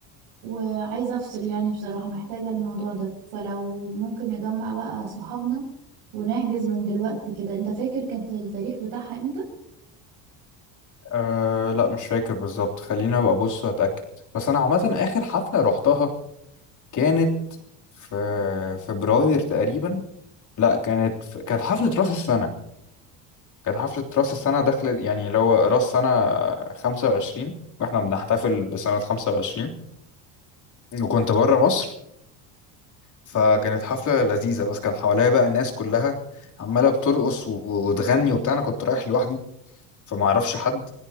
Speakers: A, on the right (about 85°); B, on the left (about 45°).
A: وعايزة أفصل يعني بصراحة محتاجة الموضوع ده فلو ممكن نجمع بقى صحابنا ونحجز من دلوقتي كده أنت فاكر كانت التاريخ بتاعها إمتى؟
B: أه لا مش فاكر بالظبط خلينا ابقى ابص واتاكد بس انا عامه اخر حفله روحتها كانت في فبراير تقريبا لا كانت في... كانت حفله راس السنه كانت حفله راس السنه دخلت يعني اللي هو راس سنه 25 واحنا بنحتفل بسنه 25 وكنت بره مصر فكانت حفله لذيذه بس كان حواليا بقى الناس كلها عماله بترقص وتغني وبتاع انا كنت رايح لوحدي فما اعرفش حد